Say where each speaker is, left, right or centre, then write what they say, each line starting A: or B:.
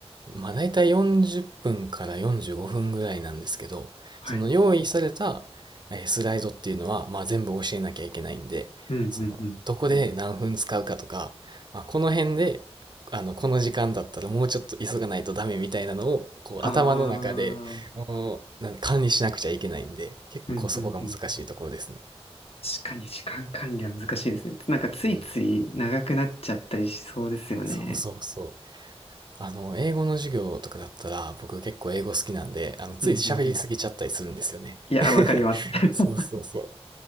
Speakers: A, on the right; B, on the left.
A: うんまあ、大体40分から45分ぐらいなんですけど、
B: はい。
A: その用意されたえースライドっていうのは、まあ、全部教えなきゃいけないんで、
B: うんうんうん。
A: その、どこで何分使うかとか、まあ、この辺で、あの、この時間だったらもうちょっと急がないとダメみたいなのを、こう、
B: あ
A: 頭の中で、
B: あ、う
A: おなん管理しなくちゃいけないんで、結構そこが難しいところですね。
B: んうんうん。確かに時間管理は難しいですね。なんかついつい長くなっちゃったりしそうですよね。
A: うん、そうそうそう。あの、英語の授業とかだったら、僕結構英語好きなんで、あの、つい喋りすぎちゃったりするんですよね。
B: うんうんうん。いや、
A: <laughs>
B: わかります。<laughs>
A: そうそうそう。